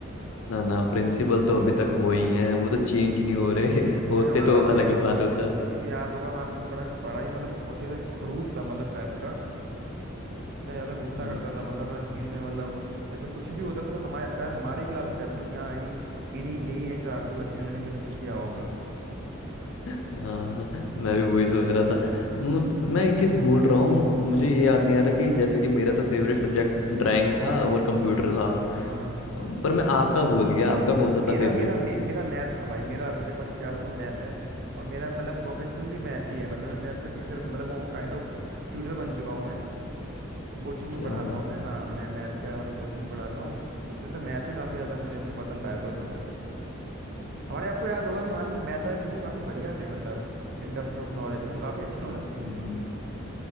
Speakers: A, on the left; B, on the right.
A: ना ना प्रिंसिपल तो अभी तक वही है वो तो चेंज
B: क्योंकि
A: नहीं हो रहे
B: क्योंकि
A: <laughs> होते
B: हमारा
A: तो
B: वाल तो
A: अलग ही बात होता
B: क्योंकि याद होगा हमारा प्रिंसिपल बड़ा बड़ा ही मतलब बहुत ही ज़्यादा खड़ूस था मतलब टाइप का इतना ज़्यादा गुस्सा
A: हम्म,
B: करता था मतलब हर चीज़ में मतलब ऐसा कुछ भी होता था तो हमारे शायद हमारे ही क्लास को कहता था कि हाँ इन्हीं इन्हीं यही है शरारती बच्चे इन्होंने कुछ ना कुछ किया होगा
A: हाँ मैं भी वही सोच रहा था मु- मैं एक चीज भूल रहा हूँ मुझे ये याद नहीं आ रहा कि जैसे कि मेरा तो फेवरेट सब्जेक्ट ड्राइंग था और कंप्यूटर
B: हम्म
A: था
B: हाँ हाँ
A: अम, पर मैं आपका भूल गया आपका कौन सा
B: मेरा
A: था फेवरेट
B: मेरा मे, मेरा मैथ था भाई मेरा अभी तक मतलब क्या बताऊँ मैथ है और मेरा मतलब प्रोफेशनल भी मैथ ही है मतलब मैं मैथ का टीचर मतलब वो हूँ काइंड ऑफ ट्यूटर बन चुका हूँ मैं कोचिंग में
A: क्या
B: पढ़ाता
A: बात
B: हूँ मैं हाँ मैं मैथ का मतलब कोचिंग में पढ़ाता हूँ तो मेरा तो मैथ ही काफ़ी ज़्यादा मुझे मतलब पसंद आया था उस वक्त हमारे आपको याद होगा कि हमारे जो मैथ वाले टीचर काफ़ी बढ़िया थे मतलब इन टर्म्स ऑफ नॉलेज मतलब काफ़ी अच्छी नॉलेज
A: हम्म।
B: थी उनकी